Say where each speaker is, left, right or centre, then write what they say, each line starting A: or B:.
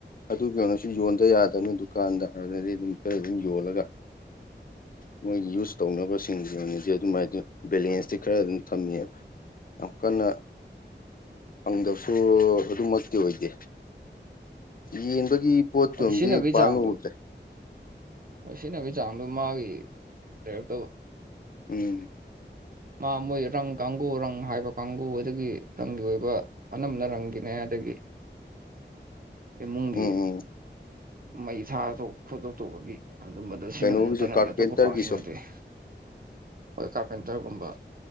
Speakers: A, on the left; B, on the right.
A: ꯑꯗꯨ ꯀꯩꯅꯣꯁꯨ ꯌꯣꯟꯗ ꯌꯥꯗꯕꯅꯤꯅ ꯗꯨꯀꯥꯟꯗꯗꯥꯔꯅꯗꯤ ꯑꯗꯨꯝ ꯈꯔ ꯑꯗꯨꯝ ꯌꯣꯜꯂꯒ ꯃꯣꯏꯒꯤ ꯌꯨꯁ ꯇꯧꯅꯕꯁꯤꯡꯗꯨ ꯑꯣꯏꯅꯗꯤ ꯑꯗꯨꯃꯥꯏꯅ ꯕꯦꯂꯦꯟꯁꯇꯤ ꯈꯔ ꯑꯗꯨꯝ ꯊꯝꯃꯦꯕ ꯌꯥꯝ ꯀꯟꯅ ꯐꯪꯗꯕꯁꯨ ꯑꯗꯨꯃꯛꯇꯤ ꯑꯣꯏꯗꯦ ꯌꯦꯟꯕꯒꯤ ꯄꯣꯠꯇꯨꯝꯃꯥꯗꯤ
B: ꯍꯣꯏ ꯁꯤꯖꯤꯟꯅꯕꯒꯤ
A: ꯄꯥꯛꯅ
B: ꯆꯥꯡꯗꯣ
A: ꯎꯗ꯭ꯔꯦ
B: ꯍꯣꯏ ꯁꯤꯖꯤꯟꯅꯕꯒꯤ ꯆꯥꯡꯗꯣ ꯃꯥꯒꯤ ꯂꯩꯔꯛꯇꯥꯕ
A: ꯎꯝ
B: ꯃꯥ ꯃꯣꯏ ꯔꯪ ꯀꯥꯡꯕꯨ ꯔꯪ ꯍꯥꯢ ꯀꯥꯡꯕꯨ ꯑꯗꯒꯤ ꯔꯪꯒꯤ ꯑꯣꯏꯕ ꯑꯅꯝꯕꯅ ꯔꯪꯒꯤꯅꯦ ꯑꯗꯒꯤ ꯏꯃꯨꯡꯒꯤ
A: ꯎꯝ ꯎꯝ
B: ꯃꯩ ꯊꯥꯗ ꯈꯣꯠꯇꯣꯛ ꯇꯧꯕꯒꯤ ꯑꯗꯨꯝꯕꯗ ꯁꯤꯖꯤꯟꯅꯕ
A: ꯀꯩꯅꯣꯒꯤꯁꯨ
B: ꯅꯠꯇꯅꯗꯤ
A: ꯀꯥꯔꯄꯦꯟꯇꯔꯒꯤꯁꯨ
B: ꯑꯇꯣꯞꯄ ꯄꯥꯛ ꯁꯤꯖꯤꯟꯅꯗꯔꯦ ꯍꯣꯏ ꯀꯥꯔꯄꯦꯟꯇꯔꯒꯨꯝꯕ